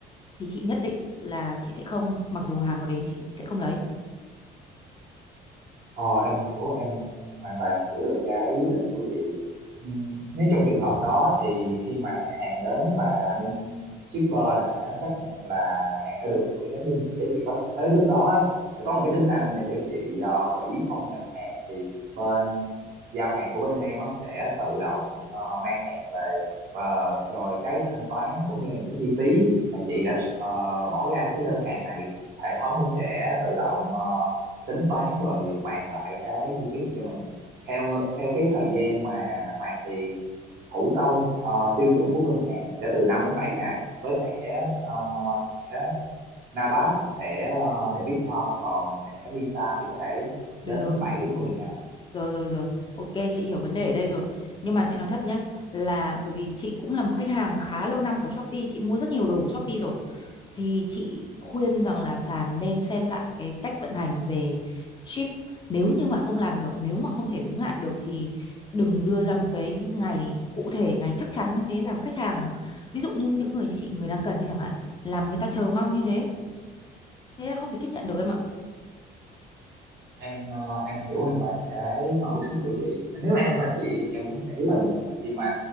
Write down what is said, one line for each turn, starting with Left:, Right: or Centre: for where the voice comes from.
Left: thì chị nhất định là chị sẽ không, mặc dù hàng có đến chị cũng sẽ không lấy.
Right: Ờ, em hiểu em em hoàn toàn hiểu được cái quyết định này của chị Ừm, nếu trong trường hợp đó thì khi mà hàng đến và bên shipper đã xác nhận là hàng đã được gửi đến bên chị á, chị có tới lúc đó á, sẽ có một cái tính năng để cho chị ờ, hủy không nhận hàng thì bên giao hàng của bên em á, sẽ tự động ờ, mang hàng về và rồi cái thanh toán cũng như là những cái chi phí mà chị đã ờ, bỏ ra cho cái đơn hàng này hệ thống cũng sẽ tự động ờ, tính toán rồi hoàn lại cái chi phí này cho mình theo ngư- theo cái thời gian mà hoàn tiền thủ công ờ, tiêu chuẩn của ngân hàng sẽ từ 5 đến 7 ngày với thẻ ờ, thẻ NABAS thẻ ờ, debit card còn thẻ Visa thì có thể
Left: Được
Right: đến
Left: rồi,
Right: bảy đến mười ngày
Left: rồi rồi rồi. Ok, chị hiểu vấn đề ở đây rồi. Nhưng mà chị nói thật nhé là bởi vì chị cũng là một khách hàng khá lâu năm của Shopee, chị mua rất nhiều đồ của Shopee rồi thì chị khuyên rằng là sàn nên xem lại cái cách vận hành về ship nếu như mà không làm được nếu mà không thể đúng hạn được thì đừng đưa ra một cái ngày cụ thể ngày chắc chắn như thế làm khách hàng ví dụ như những người như chị người đang cần đi chẳng hạn làm người ta chờ mong như thế thế là không thể chấp nhận được em ạ
Right: em ờ, em hiểu hoàn toàn cái nỗi bức xúc này của chị nếu em là chị thì em cũng sẽ rất là bực mình khi mà